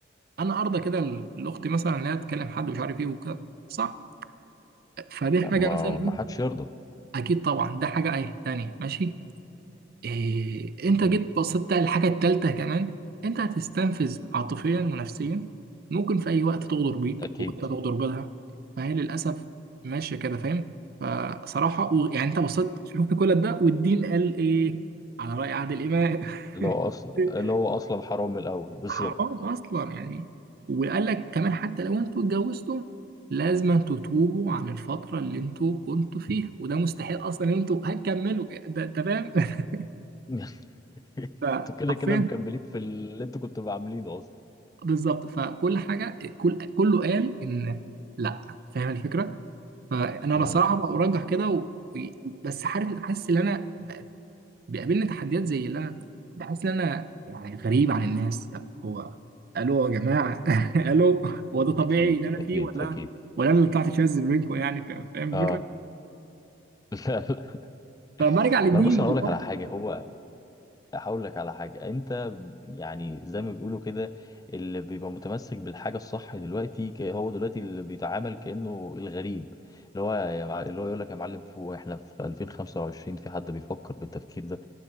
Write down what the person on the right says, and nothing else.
انا ارضى كده الاخت مثلا لا تكلم حد مش عارف ايه وكده صح فدي
حاجه
مثلا ايه
اكيد طبعا ده حاجه ايه تانية ماشي إيه انت
جيت بصيت على الحاجة التالتة كمان انت هتستنفذ عاطفيا ونفسيا ممكن في اي وقت تغدر بيك
او انت تغدر بيها فهي للاسف ماشية كده فاهم فصراحة و- يعني انت بصيت شفت كل ده والدين قال ايه على رأي عادل امام
<laughs>
حرام اصلا يعني وقال لك كمان حتى لو انتوا اتجوزتم لازم تتوبوا عن الفترة اللي انتوا كنتوا فيها وده مستحيل اصلا ان انتوا هتكملوا ده انت فاهم <laughs>
فحرفيا
بالظبط فكل حاجه كل كله قال ان لا فاهم الفكره فانا
بصراحه برجح كده و... و- بس عارف حاسس ان انا ب- بيقابلني تحديات زي اللي انا بحس ان انا يعني غريب عن الناس طب هو الو يا جماعه <laughs> الو هو ده طبيعي
اللي انا
فيه ولا
ولا انا اللي طلعت شاذ منكم يعني فاهم فاهم
الفكره
فبرجع للدين
والله